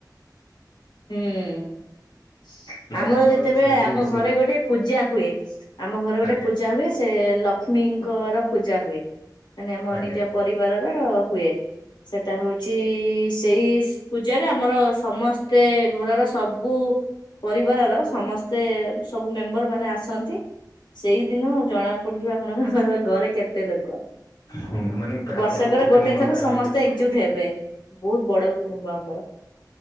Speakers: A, on the left; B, on the left.
A: ହୁଁ
B: ନାଇଁ
A: ଆମର ଯେତେବେଳେ
B: ସେମିତି
A: ଆମ
B: ମିଶି
A: ଘରେ ଗୋଟେ ପୂଜା ହୁଏ ଆମ ଘରେ ଗୋଟେ
B: ଆଜ୍ଞା
A: ପୂଜା ହୁଏ ସେ ଲକ୍ଷ୍ମୀଙ୍କର ପୂଜା ହୁଏ ମାନେ ଆମ
B: ଆଜ୍ଞା
A: ନିଜ ପରିବାରର ହୁଏ। ସେଟା ହୋଉଛି ସେଇ ପୂଜାରେ ଆମର ସମସ୍ତେ ଘରର ସବୁ ପରିବାରର ସମସ୍ତେ ସବୁ ମେମ୍ବର ମାନେ ଆସନ୍ତି। ସେଇଦିନ ଜଣା ପଡିଯିବ ଆପଣଙ୍କର ଘରେ କେତ୍ ତେ ଲୋକ
B: ହୁଁ ମାନେ
A: ବର୍ଷକର
B: ଆପଣଙ୍କ କୁଟୁମ୍ବ
A: ଗୋଟେ ଥର
B: ଫ୍ୟାମିଲି
A: ସମସ୍ତେ ଏକଜୁଟ୍ ହେବେ। ବୋହୁତ ବଡ କୁଟୁମ୍ବ ଆମର।